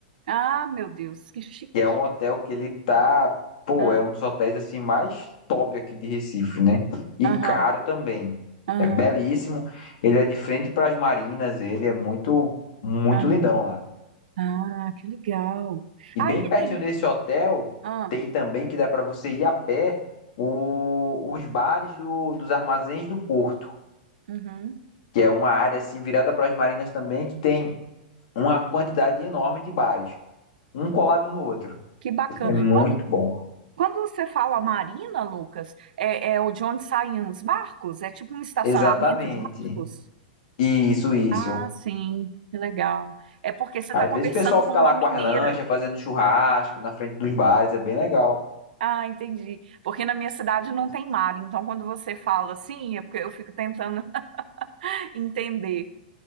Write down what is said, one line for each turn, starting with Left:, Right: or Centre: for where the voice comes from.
Right: Ah, meu Deus, que chique.
Left: que é um hotel que ele tá, pô,
Right: Ah,
Left: é um dos hotéis assim mais top aqui de Recife, né? E
Right: aham,
Left: caro também.
Right: ah,
Left: É belíssimo. Ele é de frente para as marinas, ele é muito, muito
Right: aham.
Left: lindão lá.
Right: Ah, que legal.
Left: E
Right: Aí
Left: bem pertinho
Right: tem.
Left: desse hotel
Right: Ah,
Left: tem também que dá para você ir a pé o- os bares do- dos armazéns do Porto,
Right: uhum,
Left: que é uma área assim virada para as marinas também que tem uma quantidade enorme de bares, um colado no outro.
Right: que bacana.
Left: É muito
Right: Quando,
Left: bom.
Right: quando você fala marina, Lucas, é, é o de onde saem os barcos? É tipo um estacionamento
Left: Exatamente.
Right: de barcos?
Left: Isso, isso.
Right: Ah, sim, que legal. É porque você
Left: Às
Right: está conversando
Left: vezes o pessoal fica
Right: com uma
Left: lá com
Right: mineira.
Left: as lanchas, fazendo churrasco na frente dos bares, é bem legal.
Right: Ah, entendi. Porque na minha cidade não tem mar, então quando você fala assim, é porque eu fico tentando <laughs> entender.